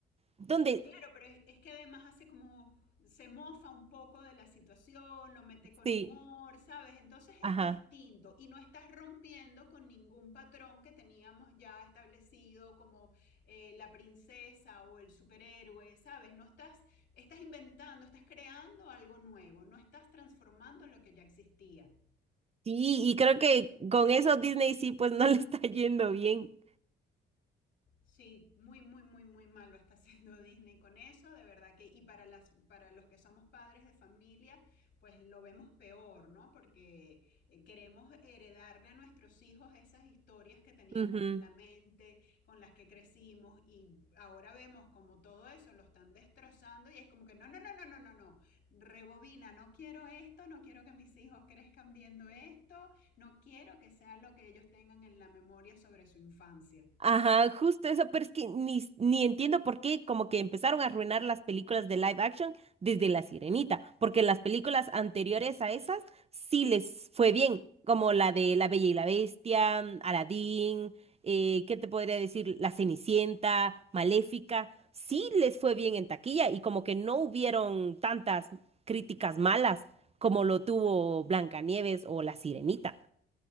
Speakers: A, on the right; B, on the left.
A: donde
B: Claro, pero es, es que además hace como, se mofa un poco de la situación, lo mete con
A: sí,
B: humor, ¿sabes? Entonces es
A: ajá,
B: distinto y no estás rompiendo con ningún patrón que teníamos ya establecido como eh, la princesa o el superhéroe, ¿sabes? No estás, estás inventando, estás creando algo nuevo, no estás transformando lo que ya existía.
A: sí, y creo que con eso Disney sí, pues <laughs> no le está yendo bien.
B: Sí, muy, muy, muy, muy mal lo está haciendo <laughs> Disney con eso, de verdad que, y para las, para los que somos padres de familia, pues lo vemos peor, ¿no? Porque eh, queremos heredarle a nuestros hijos esas historias que teníamos
A: Ujú.
B: en la mente, con las que crecimos, y ahora vemos como todo eso lo están destrozando, y es como que no, no, no, no, no, no, no, rebobina, no quiero esto, no quiero que mis hijos crezcan viendo esto, no quiero que sea lo que ellos tengan en la memoria sobre su infancia.
A: Ajá, justo eso, pero es que ni, ni entiendo por qué como que empezaron a arruinar las películas de live action desde La Sirenita, porque las películas anteriores a esas sí les fue bien, como la de La Bella y la Bestia, mm, Aladdin, eh, ¿qué te podría decir? La Cenicienta, Maléfica, sí les fue bien en taquilla y como que no hubieron tantas críticas malas como lo tuvo Blancanieves o La Sirenita.